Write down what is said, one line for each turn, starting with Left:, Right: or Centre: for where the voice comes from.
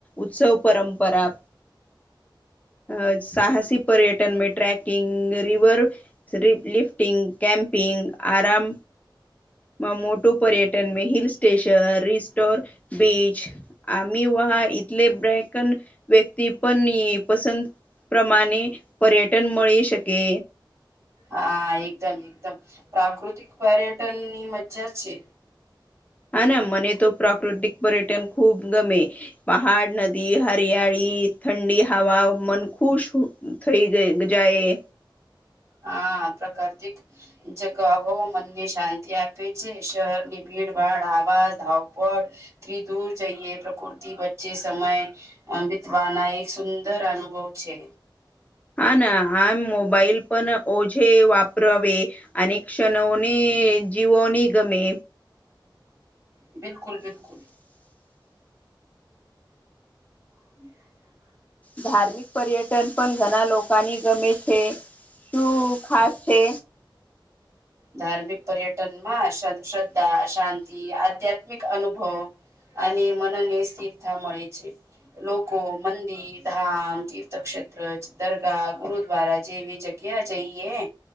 Left: ઉત્સવ પરંપરા. અ સાહસી પર્યટન મે ટ્રેકિંગ, રીવર શ્રીપ લિફ્ટિંગ, કેમપિંગ, આરામ માં મોટું પર્યટન મે હિલ સ્ટેશન, રિસ્ટોર, બીચ આમ <unintelligible> વહ ટલે બ્રેકન વ્યક્તિ પણ પસંદ પ્રમાણે પર્યટન મળી શકે.
Right: હા એકદમ એકદમ પ્રાકૃતિક પર્યટન ની મજ્જા છે.
Left: હા ના મને તો પ્રાકૃતિક પર્યટન ખૂબ ગમે. પહાડ, નદી, હરિયાળી, ઠંડી હવા મન ખુશ થઈ જાય.
Right: હા પ્રકારતિક જગ મનને શાંતિ આપે છે, શહેરની ભીડ ભાડ, આવાસ, ધાવપ ત દૂર જઈએ પ્રકૃતિ વચ્ચે સમય. બીતવાના એક સુંદર અનુભવ છે.
Left: હા ના આ મોબાઈલ પણ ઓજે વાપરાવે, અને ક્ષણોને જીવોની ગમે.
Right: બિલકુલ બિલકુલ. <inaudible>
Left: ધાર્મિક પર્યટન પણ ઘણા લોકોની ગમે છે. શું ખાસ છે?
Right: ધાર્મિક પર્યટન માં શ્રદ્ધા શાંતિ, આધ્યાત્મિક અનુભવ અને મનને સ્થિરતા મળે છે. લોકો મંદિર, ધામ, તીર્થક્ષેત્ર, દરગાહ, ગુરુદ્વારા જેવી જગ ક્યાં જઈએ